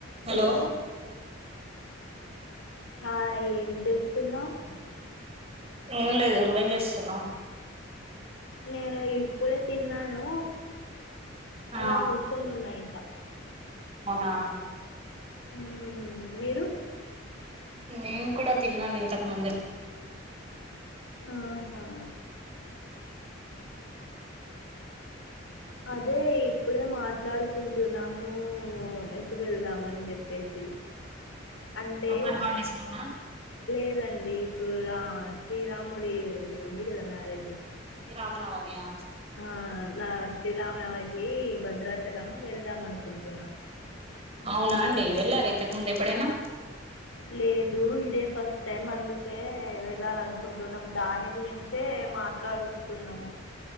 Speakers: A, on the right; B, on the left.
A: Hollow
B: hello హా ఏం చేస్తున్నావు
A: ఏం లేదు నువ్వేం చేస్తున్నావు.
B: నేను ఇప్పుడే తిన్నాను
A: ఆ
B: అలా కూర్చొని ఉన్నా ఇంకా
A: అవునా
B: హు మీరు
A: నేను కూడా తిన్నాను ఇంతకు ముందే
B: ఆహా అదే ఇప్పుడే మాట్లాడుకుంటున్నాము ఎటు వెళ్దామని చెప్పేసి అంటే
A: సమ్మర్ హాలిడేస్ లోనా
B: లేదండి. రా శ్రీరామ్ ముడి ఇది ఉంది కదా మ్యారేజ్
A: శ్రీరామనవమియా
B: ఆలా శ్రీరామనవకి భద్రాచలం వెళ్దాం అనుకుంటున్నాం
A: అవునా అండి వెళ్లారా ఇంతకు ముందు ఎప్పుడైనా
B: లేదు ఇదే ఫస్ట్ టైమ్ అందుకే వెళ్ళాలనుకుంటున్నాం దాని గురించే మాట్లాడుతున్నాము